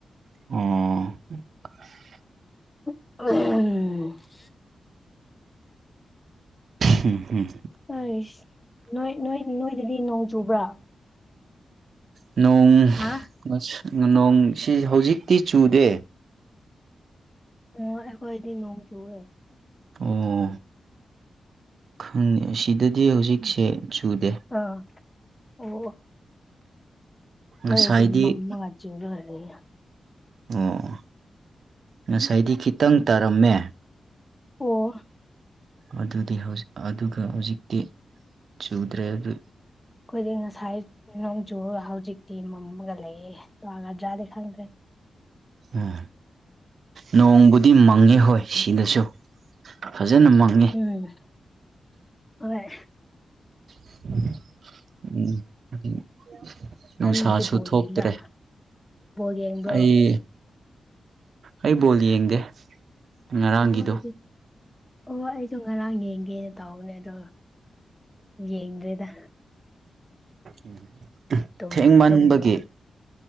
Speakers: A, on the right; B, on the left.
A: ꯑꯣ
B: <unintelligible>
A: ꯍꯝ ꯍꯝ
B: ꯑꯩ ꯅꯣꯏ ꯅꯣꯏ ꯅꯣꯏꯗꯗꯤ ꯅꯣꯡ ꯆꯨꯕ꯭ꯔꯥ
A: ꯅꯣꯡ
B: ꯍꯥ
A: ꯉꯁ ꯅꯣꯡꯁꯤ ꯍꯧꯖꯤꯛꯇꯤ ꯆꯨꯗꯦ
B: ꯑꯣ ꯑꯩꯈꯣꯏꯗꯤ ꯅꯣꯡ ꯁꯨꯏꯋꯦ
A: ꯑꯣ ꯈꯪꯉꯦ ꯑꯁꯤꯗꯗꯤ ꯍꯧꯖꯤꯛꯁꯦ ꯆꯨꯗꯦ
B: ꯑꯥ ꯑꯣ <unintelligible>
A: ꯉꯁꯥꯏꯗꯤ ꯑꯣ ꯉꯁꯥꯏꯗꯤ ꯈꯤꯇꯪ ꯇꯥꯔꯝꯃꯦ
B: ꯑꯣ
A: ꯑꯗꯨꯗꯤ ꯍꯧ ꯑꯗꯨꯒ ꯍꯧꯖꯤꯛꯇꯤ ꯆꯨꯗ꯭ꯔꯦ ꯑꯗꯨ
B: ꯑꯩꯈꯣꯏꯗꯤ ꯉꯁꯥꯏ ꯅꯣꯡꯖꯨ ꯍꯧꯖꯤꯛꯇꯤ ꯃꯝꯃꯒ ꯂꯩꯌꯦ ꯇꯣꯒꯗ꯭ꯔꯥꯗꯤ ꯈꯪꯗ꯭ꯔꯦ
A: ꯎꯝ ꯅꯣꯡꯕꯨꯗꯤ ꯃꯪꯉꯦ ꯍꯣꯏ ꯁꯤꯗꯁꯨ ꯐꯖꯅ ꯃꯪꯉꯦ
B: ꯎꯝ ꯍꯣꯏ
A: <unintelligible> ꯎꯝ ꯎꯝ ꯅꯨꯡꯁꯥꯁꯨ
B: ꯅꯪꯗꯤ ꯕꯣꯜ
A: ꯊꯣꯛꯇ꯭ꯔꯦ
B: ꯌꯦꯡꯕ꯭ꯔꯥ ꯕꯣꯜ ꯌꯦꯡꯕ꯭ꯔꯣ
A: ꯑꯩ ꯑꯩ ꯕꯣꯜ ꯌꯦꯡꯗꯦ ꯉꯔꯥꯡꯒꯤꯗꯣ
B: ꯑꯣ <inaudible> ꯗꯤ ꯑꯣ ꯑꯩꯁꯨ ꯉꯔꯥꯡ ꯌꯦꯡꯒꯦꯅ ꯇꯧꯕꯅꯦ ꯑꯗꯣ ꯌꯦꯡꯗ꯭ꯔꯦꯗ
A: ꯑꯝ
B: ꯇꯨꯝ
A: ꯊꯦꯡꯃꯟꯕꯒꯤ
B: ꯇꯨꯝꯃꯕ